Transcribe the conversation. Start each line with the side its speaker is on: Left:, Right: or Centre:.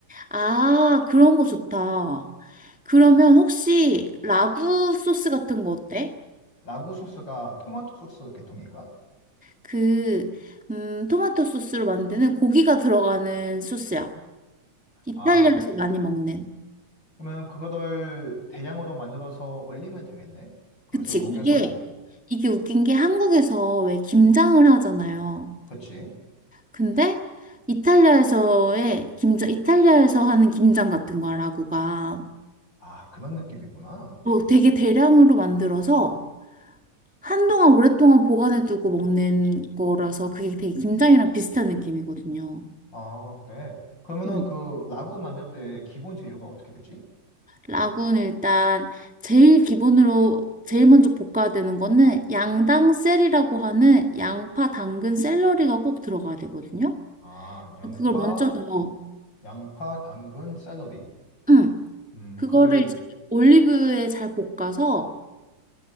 Centre: 아, 그런 거 좋다. 그러면 혹시 라구 소스 같은 거 어때?
Left: 라구 소스가 토마토 소스 계통인가?
Centre: 그, 음, 토마토 소스로 만드는 고기가 들어가는 소스야. 이탈리아에서
Left: 아
Centre: 많이 먹는.
Left: 그러면 그거를 대량으로 만들어서 얼리면 되겠네? 그래서
Centre: 그치.
Left: 녹여서
Centre: 이게,
Left: 먹고
Centre: 이게 웃긴 게 한국에서 왜 김장을 하잖아요.
Left: 그치?
Centre: 근데 이탈리아에서의 김장, 이탈리아에서 하는 김장 같은 거야, 라구가.
Left: 아 그런 느낌이구나
Centre: 어, 되게 대량으로 만들어서 한동안 오랫동안 보관해두고 먹는 거라서 그게 되게 김장이랑 비슷한 느낌이거든요.
Left: 아 그래 그러면은
Centre: 음,
Left: 그 라구 만들 때 기본 재료가 어떻게 되지?
Centre: 라군 일단 제일 기본으로 제일 먼저 볶아야 되는 거는 양당 셀이라고 하는 양파, 당근, 샐러리가 꼭 들어가야 되거든요.
Left: 아, 양파,
Centre: 그걸 먼저 넣어.
Left: 양파, 당근, 샐러리.
Centre: 음,
Left: 음,
Centre: 그거를
Left: 그걸,
Centre: 이제 올리브유에 잘 볶아서